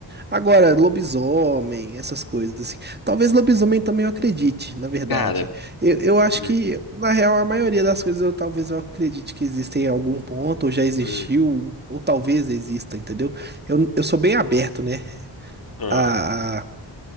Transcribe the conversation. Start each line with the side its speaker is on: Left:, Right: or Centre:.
Right: Agora, lobisomem, essas coisas assim. Talvez lobisomem também eu acredite, na verdade.
Left: Cara,
Right: Eu, eu acho
Left: hum,
Right: que, na real, a maioria das coisas eu talvez eu acredite que existem em algum ponto, ou já existiu,
Left: hum,
Right: ou talvez exista, entendeu? Eu, eu sou bem aberto, né?
Left: ah,
Right: A, a...